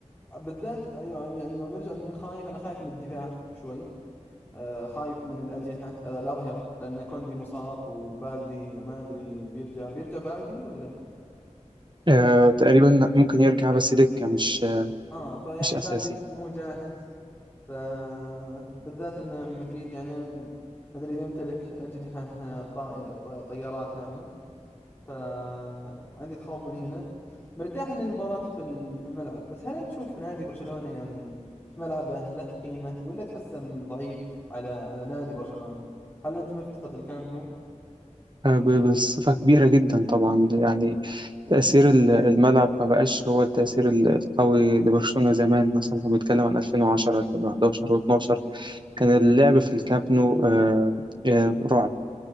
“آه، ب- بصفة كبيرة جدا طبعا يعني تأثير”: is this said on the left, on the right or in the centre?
Right